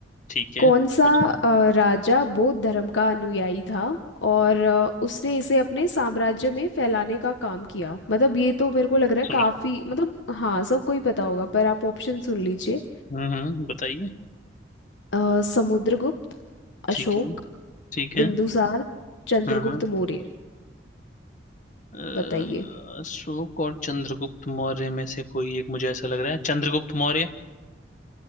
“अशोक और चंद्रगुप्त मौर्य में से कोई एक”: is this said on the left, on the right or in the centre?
Left